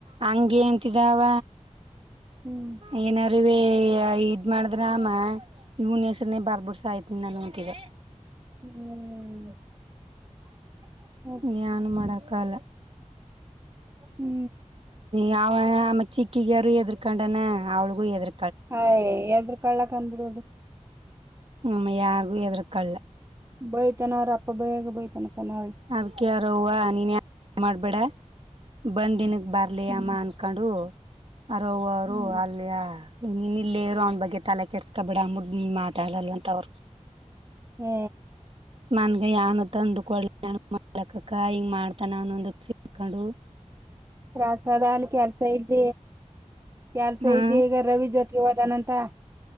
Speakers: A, on the right; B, on the right.
A: ಹಂಗೆಂತಿದಾವ
B: ಹ್ಮ್
A: ಏನಾರಿವ ಇದ್ ಮಾಡಿದ್ರ ಆಮ ಇವನ್ ಇನೇ ಬರ್ಬುಡ್ಸ ಸಾಯ್ತನ ನಾನು ಅಂತಿದ್ದ.
B: ಹ್ಮ
A: ಯಾನು ಮಾಡಕ್ಕಲ್ಲ.
B: ಹ್ಮ
A: ಯಾವ ಆಮ್ಮ ಚಿಕ್ಕಗ ಯಾರ ಹೆದ್ರಕೊಂಡನ ಅವ್ಳಿಗೂ ಎದ್ರ
B: ಹಯ ಎದರ ಕಳ್ಳಕ್ ಅಂದಬಿಡದು
A: ಹ್ಮ ಯಾರಿಗು ಎದ್ರಕಲ್ಲ
B: ಬೈತಾನ ಅವ್ರ ಅಪ್ಪ ಬೈಯಾಗ ಬೈತನಕ್ಕ ನಾವಿ
A: ಅದ್ಕೆ ಅವ್ರ ಅವ ನೀನ್ ಮಾಡ್ಬೇಡ ಬಂದಿನ ಬರ್ಲಿ
B: ಹ್ಮ್
A: ಅಮ್ಮ ಅನ್ಕೊಂಡು ಅರವ ಅವರು
B: ಹ್ಮ್
A: ಅಲ್ಲಿಯ ನೀನ್ ಇಲ್ಲೇ ಇರು ಅವನ ಬಗ್ಗೆ ತಲೆ ಕೆಡಿಸ್ಕೊಬೇಡ ಅಂದ್ಬಿಟ್ಟ ಮಾತಾಡಲ್ ಅಂತ ಅವ್ರ
B: ಹ್ಮ
A: ನನ್ಗೆ ಯಾನು ತಂದುಕೊಳ್ ನ ಮಾಡ್ಲಕ್ಕಕ್ಕ ಹಿಂಗ ಮಾಡ್ತಾನ ಅನ್ನೊಂದ ಸರ್ಕೊಂಡು
B: ಪ್ರಸಾದ ಅಲ್ ಕೆಲ್ಸ ಇಲ್ದ ಕೆಲ್ಸ
A: ಹಾ
B: ಇಲ್ದ ಈಗ ರವಿ ಜೋತೆಗೆ ಹೋದನಂತ.